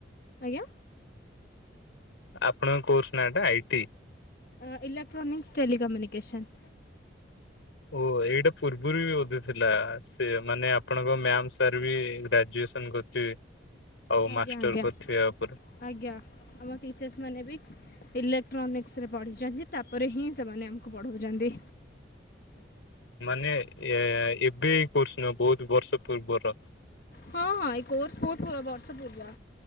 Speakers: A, on the left; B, on the left.
A: ଆଜ୍ଞା?
B: ଆପଣଙ୍କ କୋର୍ସ ନାଟା ଆଇ ଟି?
A: ଅ ଇଲେକ୍ଟ୍ରାନିକ୍ସ ଟେଲିି କମ୍ୟୁନିକେସନ୍।
B: ଓ ଏଇଟା ପୂର୍ବରୁ ବି ବୋଧେ ଥିଲା ସେ ମାନେ ଆପଣଙ୍କ ମ୍ୟାମ ସାର୍ ବି ଗ୍ରାଜୁଏସ୍ ନ କରିିଥିବେ ଆଉ
A: ଆଜ୍ଞା
B: ମାଷ୍ଟର
A: ଆଜ୍ଞା
B: କରିିଥିବେ ଆ ପରେ।
A: ଆଜ୍ଞା ଆମ ଟିଚର୍ସ ମାନେ ବି ଇଲେକ୍ଟ୍ରୋନିକ୍ସ ରେ ପଢ଼ିଚନ୍ତି ତାପରେ ହିଁ ସେମାନେ ଆମକୁ ପଢଉଚନ୍ତି।
B: ମାନେ ଏ ଏବେ ଏ କୋର୍ସ ନୁହଁ ବହୁତ ବର୍ଷ ପୂର୍ବର।
A: ହଁ ଏଇ କୋର୍ସ ବହୁତ୍ ବର୍ଷ ପୂର୍ବ